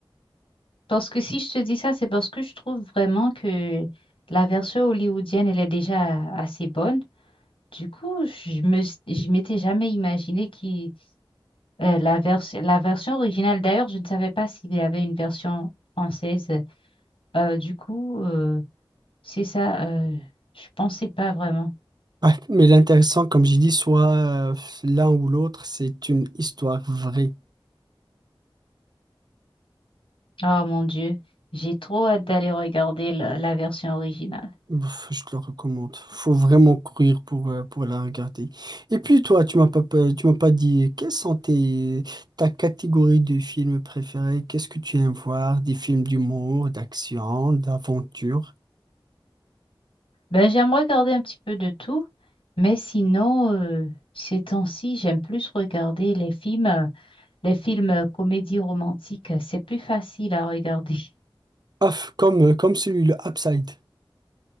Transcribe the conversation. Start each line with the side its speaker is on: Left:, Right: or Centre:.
Left: parce que si je te dis ça, c'est parce que je trouve vraiment que la version hollywoodienne, elle est déjà assez bonne. Du coup, je me, je m'étais jamais imaginé qui euh, la vers, la version originale. D'ailleurs, je ne savais pas s'il y avait une version française. Euh, du coup, euh, c'est ça. euh, je pensais pas vraiment.
Right: Ouais, mais l'intéressant, comme j'ai dit, soit euh, l'un ou l'autre, c'est une histoire vraie.
Left: Oh mon Dieu, j'ai trop hâte d'aller regarder la, la version originale.
Right: Ouf, Je te le recommande. Faut vraiment courir pour, euh, pour la regarder. Et puis toi, tu m'as pas, pas- tu m'as pas dit euh, quelles sont tes, ta catégorie de films préférés? Qu'est-ce que tu aimes voir? Des films d'humour, d'action, d'aventure?
Left: Ben, j'aime regarder un petit peu de tout, mais sinon, euh, ces temps-ci, j'aime plus regarder les films, euh, les films euh, comédies romantiques. C'est plus facile à regarder. <laughs>
Right: Ouf, comme, euh, comme celui le Upside.